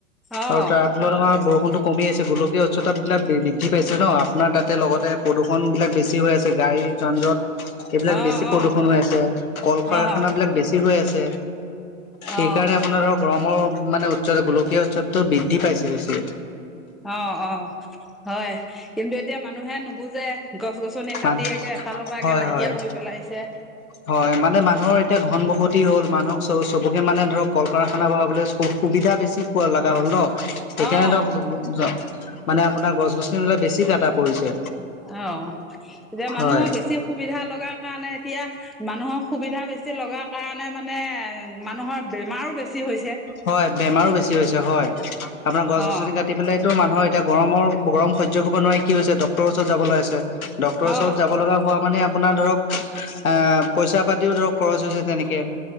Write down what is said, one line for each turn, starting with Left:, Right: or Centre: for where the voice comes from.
Centre: অ',
Left: আৰু তাৰ ফলত আমাৰ বৰু কম আছে গোলকীয় উচ্চতাবিলাক বৃদ্ধি পাইছে ন আপোনাৰ তাতে লগতে প্ৰদূষণবিলাক বেছি হৈ আছে গাড়ী যানজট এইবিলাক
Centre: অ',
Left: বেছি প্ৰদূষণ
Centre: অ',
Left: হৈ আছে কল কাৰখানা
Centre: অ',
Left: বিলাক বেছি হৈ আছে সেইকাৰণে
Centre: অ',
Left: আপোনাৰ ধৰক গৰমৰ মানে উচ্চত গোলকীয় উৎসৱতটো বৃদ্ধি পাইছে হৈছে।
Centre: অ' অহ। হয় কিন্তু এতিয়া মানুহে নুবুজে গছ গছনি কাটি
Left: মান
Centre: একে এফালৰ পৰা একে
Left: হয়
Centre: নাইকিয়া
Left: হয়।
Centre: কৰি পেলাই পছে
Left: হয় মানে মানুহৰ এতিয়া ঘন বসতি হ'ল মানুহ চব চবকে মানে ধৰক কল কাৰখানা বন়াবলৈু সুবিধা বেছি পোৱা লগা হ'ল ন। সেইকাৰণে
Centre: অ',
Left: ধৰক ধ মানে আপোনাৰ গছ গছনিবিলাক বেছি কটা পৰিছে।
Centre: অ, এতিয়া মানুহৰ
Left: হয়
Centre: বেছি সুবিধা লগাৰ কাৰণে এতিয়া। মানুহৰ সুবিধা বেছি লগাৰ কাৰণে মানে মানুহৰ বেমাৰো বেছি হৈছে।
Left: হয় বেমাৰো বেছি হৈছে হয় আপোনাৰ গছ-গছনি
Centre: অ
Left: কাটি পেলাই। টো মানুহৰ এতিয়া গৰমৰ গৰম সয্য কৰিব নোৱাৰি কি হৈছে ডক্টৰৰ ওচৰত যাবলৈ আছে। ডক্টৰৰ
Centre: অ
Left: ওচৰত যাব লগা হোৱা মানে। আপোনাৰ ধৰক এ পইচা পাতিও ধৰক খৰচ হৈছে তেনেকে।